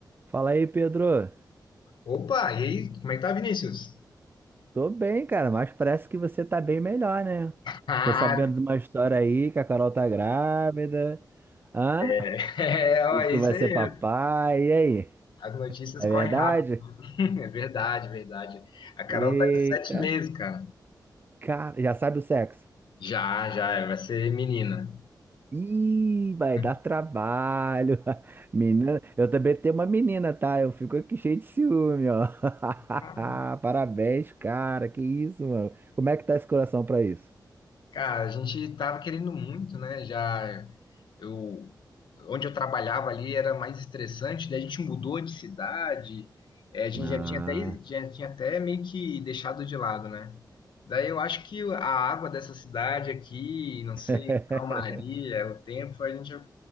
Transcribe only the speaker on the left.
Opa, e aí, como é que tá, Vinícius?
Ah,
<laughs> é, ó,
é
isso
aí.
As notícias
correm
rápido. <laughs> É verdade, verdade. A Carol
tá de sete meses, cara.
Já, já, vai ser menina.
<laughs>
É.
Cara, a gente tava querendo muito, né? Já eu onde eu trabalhava ali era mais estressante, daí a gente mudou de cidade, eh, a gente
já tinha até já tinha até meio que deixado de lado, né? Daí eu acho que a água dessa cidade aqui, não sei,
a calmaria, o tempo, a gente já